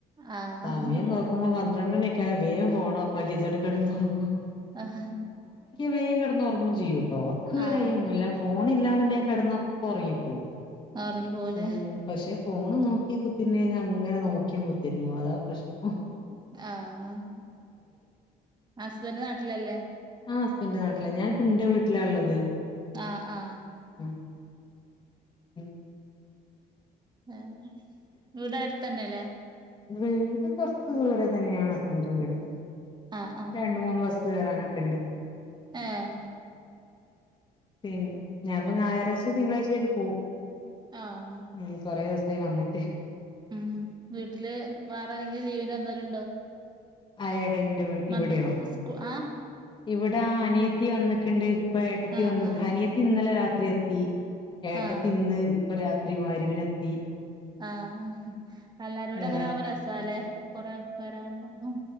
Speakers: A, on the right (about 25°); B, on the left (about 30°).
A: ആഹ്
B: സമയം നോക്കുമ്പോ പന്ത്രണ്ട് മണി ഒക്കെ ആയാൽ വേം ഫോൺ ഓഫാക്കേച്ച് കെടന്ന് ഒറങ്ങും.
A: അ ഹ്
B: വേം കെടന്ന് ഒറങ്ങും ചെയ്യൂട്ടോ ഒറക്കം വരായൊന്നും
A: ആഹ്
B: ഇല്ല ഫോണി ഇല്ലാന്നുണ്ടെങ്കി കിടന്നാ അപ്പൊ ഉറങ്ങിപ്പോവും
A: റങ്ങി പോവുംലെ
B: ഉം പക്ഷെ ഫോണ് നോക്കി കുത്തിര്ന്നു കഴിഞ്ഞാൽ അങ്ങനെ നോക്കി കുത്തിര് ക്കും അതാ പ്രശ്നോം
A: ആഹ് ഹസ്ബൻഡ് നാട്ടിലല്ലേ
B: ആ ഹസ്ബൻഡ് നട്ടിലാ ഞാനിപ്പ ന്റെ വീട്ടിലാ ഇള്ളത്
A: ആഹ് ആ
B: മ്
A: ആ വീടു അടുത്ത് തന്നെല്ലേ
B: വീട് കൊറച്ച് ദൂരെ തന്നെയാണ് ഹസ്ബന്റെ വീട്
A: ആഹ്
B: രണ്ട് മൂന്ന് ബസ് കയറാനൊക്കെ ഇണ്ട്
A: ആഹ്
B: പിന്നെ ഞാനിപ്പോ ഞായറാഴ്ച തിങ്കളാഴ്ചായിട്ട് പോവും
A: ആഹ്
B: ഉം കൊറെ ദിവസം ആയി വന്നിട്ട്
A: ഉം വീട്ടില് വേറെ ആരെങ്കിലും ലീവിന് വന്നവരുണ്ടോ
B: ആയെടെ ഇന്റെ ഇവിടെയോ
A: നമ്മ സ്കു ആ
B: ഇവിടെ അനിയത്തി വന്നിക്കുണ്ട് ഇപ്പ ഏട്ടത്തി
A: ആഹ്
B: വന്ന്
A: ആഹ്
B: അനിയത്തി ഇന്നലെ രാത്രി എത്തി ഏട്ടത്തി
A: ആഹ്
B: ഇന്ന് ഇപ്പൊ രാത്രി മകിരിബിനെത്തി
A: ആഹ് എല്ലാരും കൂടി
B: അല്ല
A: അങ്ങനെ ആകുമ്പോ രസാല്ലേ കൊറെ വരെണ്ടാകും